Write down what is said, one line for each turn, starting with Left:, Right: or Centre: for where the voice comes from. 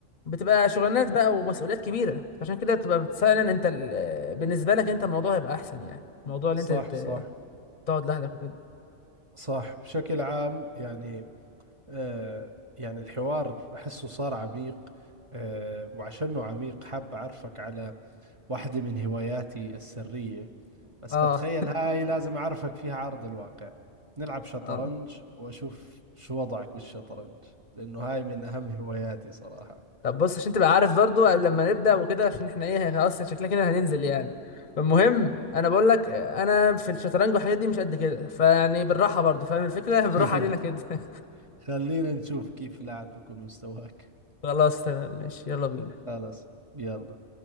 Left: بتبقى شغلانات بقى ومسؤوليات كبيره عشان كده بتبقى فعلا انت ال... بالنسبه لك انت الموضوع هيبقى احسن يعني الموضوع اللي
Right: صح
Left: انت تت-
Right: صح
Left: تقعد لوحدك وكده
Right: صح بشكل عام يعني آه، يعني الحوار بحسه صار عميق آه، وعشانه عميق حاب أعرفك على واحدة من هواياتي السرية بس
Left: اه
Right: بتخيل هاي لازم أعرفك فيها عرض الواقع نلعب شطرنج
Left: اه
Right: وأشوف شو وضعك بالشطرنج لأنه هاي من أهم هواياتي صراحة
Left: طب بص عشان تبقى عارف برضو قبل لما نبدأ وكده عشان احنا ايه خلاص شكلنا كده هننزل يعني فالمهم انا بقول لك انا في الشطرنج والحاجات دي مش قد كده فيعني بالراحة برضو فاهم الفكرة <laughs> بالراحة
Right: <laughs>
Left: علينا كده <laughs>
Right: خلينا نشوف كيف لاعب بكون مستواك
Left: خلاص تمام ماشي يلا بينا
Right: خلص يلا